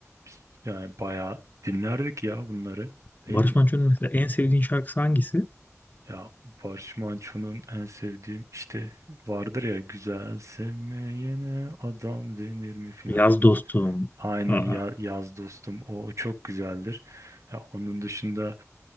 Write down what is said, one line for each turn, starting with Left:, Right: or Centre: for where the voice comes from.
Right: biz yani bayağı dinlerdik ya bunları değil
Left: Barış
Right: mi?
Left: Manço'nun mesela en sevdiğin şarkısı hangisi?
Right: Ya Barış Manço'nun en sevdiğim işte vardır ya güzel sevmeyene adam denir mi filan
Left: Yaz dostum.
Right: Aynen
Left: Aa,
Right: ya- yaz dostum o çok güzeldir. Ya onun dışında